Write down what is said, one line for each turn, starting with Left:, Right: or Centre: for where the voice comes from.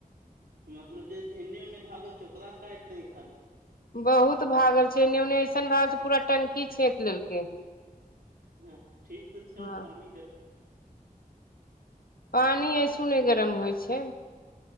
Right: मतलब जे एन्ने ओन्ने भागल छै ओकला काटि देहीं खाली
Left: बहुत भागल छय एन्नै ओन्ने ऐसन भए हन पूरा टंकी छेक लेलकै हन
Right: हूॅं ठीक तऽ छौ
Left: हँ
Right: पानि
Left: पानि ऐसू नै गरम होय छै